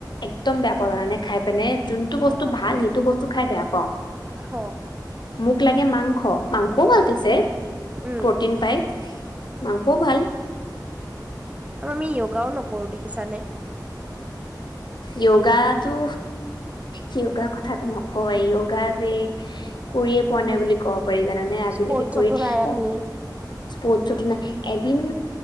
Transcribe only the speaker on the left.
একদম বেয়া পাওঁ জানা নে খাই পিনে। যোনটো বস্তু
ভাল সেইটো বস্তু খাই বেয়া পাওঁ।
মোক লাগে মাংস মাংসও ভাল পাইছে
প্ৰটিন পাই। মাংসও ভাল।
য়োগটো য়োগাৰ কথাাতটো নক এই য়োগা যে কৰিয়ে পোৱা নাই বুলি ক'ব পাৰি জানানে আজিলৈকে
কৰি
অ
স্পৰ্ট টো নাই, এদিন